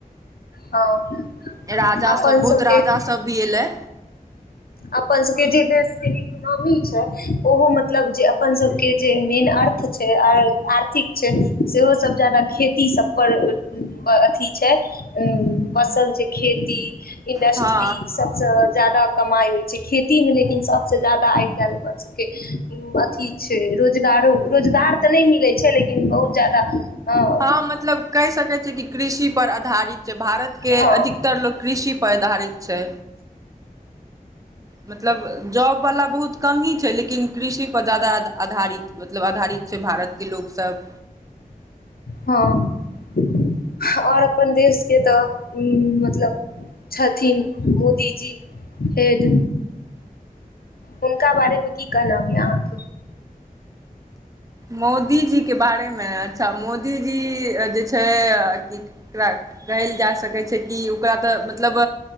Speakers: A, on the left; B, on the right.
A: हँ।
B: राजा
A: अपन
B: सब बहुत
A: सबके
B: राजा सब भी एयलै।
A: अपन सबके जे देश के हित। इकोनोॉमी छै ओहो मतलब जे अपन सबके जे मेन अर्थ छै आर्थिक। छै सेहो सब ज्यादा खेती सब पर अथी छै। उम फसल छै खेती इंडस्ट्री
B: हँ
A: इ सबस ज्यादा कमाई होइ। छै खेती मे लेकिन सबस ज्यादा आइ कैल अपन सबके। अथि छै रोजगारो रोजगार त नहि मिलैत छै लेकिन बहुत ज्यादा ह।
B: हँ मतलब कहि सकै छै की कृषि। पर आधारित छै भारत के
A: हँ
B: अधिकतर लोग कृषि पर आधारित छै। मतलब जॉबबला बहुत कम ही छै लेकिन कृषि पर ज्यादा आधारित। मतलब आधारित छै भारत के लोकसब।
A: हँ ओर अपन देश के त मतलब। छथिन मोदी जी हेड। हुनका बारे मे की कहनाम य अहाँ के।
B: मोदीजी के बारे मे अच्छा मोदीजी जे छै की। एककरा कहयल जा सकै छै की ओकरा त मतलब।